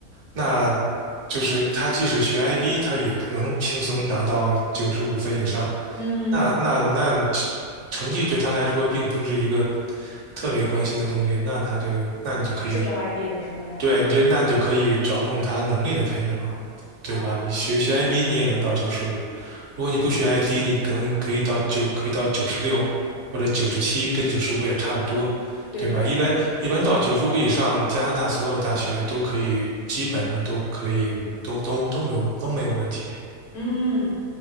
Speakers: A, on the right (about 65°); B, on the left (about 80°).
A: 那就是他即使学 IB，他也能轻松达到九十五分以上。
B: 嗯，
A: 那那那成绩对他来说并不是一个特别关心的东西，那他就那你就可以
B: 适合 IB 的什么那样的。
A: 对你就那你就可以着重他能力的培养，对吧？
B: 哦，
A: 你学学 IB 你也能到九十五，如果你不学
B: 是的，
A: i D，你可能可以到九可以到九十六或者九十七，跟九十五也差不多，
B: 对的。
A: 对吧？一般一般到九十五以上，加拿大所有大学都可以基本上都可以都都都没有都没有问题。
B: 嗯，